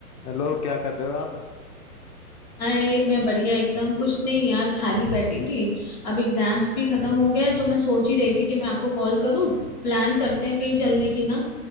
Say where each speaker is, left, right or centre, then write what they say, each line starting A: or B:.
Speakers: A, on the left (about 75°); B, on the left (about 30°).
A: Hello क्या कर रहे हो आप
B: हाय मैं बढ़िया एकदम कुछ नहीं यार खाली बैठी थी अब एग्जाम्स भी खत्म हो गए हैं, तो मैं सोच ही रही थी कि मैं आपको कॉल करूं प्लान करते हैं कहीं चलने की ना